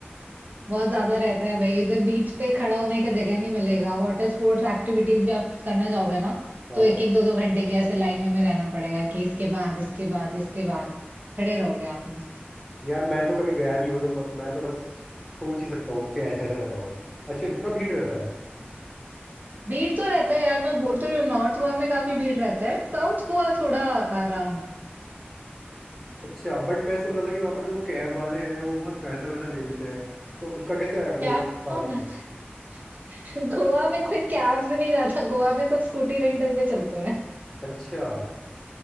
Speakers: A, on the right; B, in the centre.
A: बहुत ज़्यादा रहता है भई, उधर बीच पे खड़ा होने का जगह नहीं मिलेगा। वाटर स्पोर्ट्स एक्टिविटीज़ भी आप करना जाओगे ना,
B: हाँ
A: तो एक-एक, दो-दो घंटे की ऐसे लाइनें में रहना पड़ेगा कि इसके बाद, इसके बाद, इसके बाद। खड़े रहोगे आप मस्त।
B: यार मैं तो कभी गया नहीं हूँ तो म- मैं तो बस सोच ही सकता हूँ कि ऐसा ऐसा रहता होगा अच्छा इतना भीड़ रहता है
A: भीड़ तो रहता है यार, मैं बोल तो रही हूँ, नॉर्थ गोवा में काफ़ी भीड़ रहता है। साउथ गोवा थोड़ा आराम है।
B: अच्छा बट मैं सुन रहा था कि वहाँ पर जो कैब वाले हैं वो बहुत पैसा वैसा ले लेते हैं तो उसका कैसे है वो
A: कैब
B: प्लान
A: कौन जाता
B: है
A: है? <laughs> गोवा में कोई कैब से नहीं जाता, गोवा में सब स्कूटी रेंटल पे चलते हैं।
B: अच्छा